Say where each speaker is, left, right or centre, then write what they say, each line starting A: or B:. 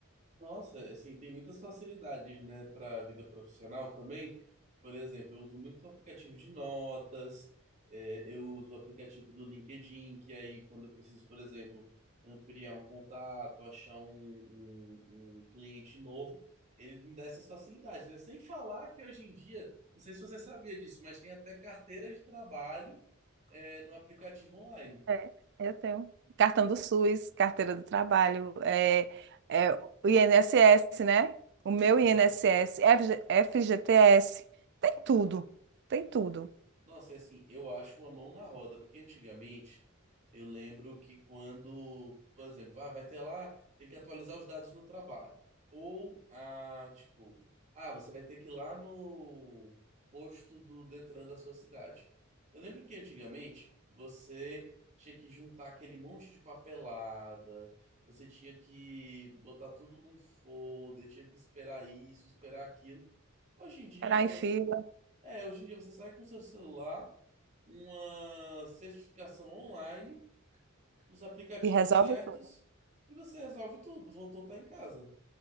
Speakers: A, on the right; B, on the right.
A: Nossa, assim, tem muitas facilidades, né, para a vida profissional também. Por exemplo, eu uso muito o aplicativo de notas, é, eu uso o aplicativo do LinkedIn, que aí quando eu preciso, por exemplo, ampliar um contato, achar um, um- um cliente novo, ele me dá essas facilidades, né? Sem falar que hoje em dia, não sei se você sabia disso, mas tem até carteira de trabalho, é, no aplicativo online.
B: É, eu tenho. Cartão do SUS, carteira do trabalho, é, é, o INSS, né? O
A: Uhum.
B: meu INSS, FG FGTS, tem tudo. Tem tudo.
A: Nossa, e assim, eu acho uma mão na roda, porque antigamente eu lembro que quando, por exemplo, ah, vai ter lá, tem que atualizar os dados no trabalho. Ou, ah, tipo, ah, você vai ter que ir lá no posto do Detran da sua cidade. Eu lembro que antigamente você tinha que juntar aquele monte de papelada, você tinha que botar tudo num folder, tinha que esperar isso, esperar aquilo. Hoje em dia,
B: Esperar em
A: você
B: fila
A: é, hoje em dia você sai com seu celular, uma certificação online, os aplicativos
B: e resolve
A: certos
B: tudo.
A: e você resolve tudo. Voltou, tá em casa.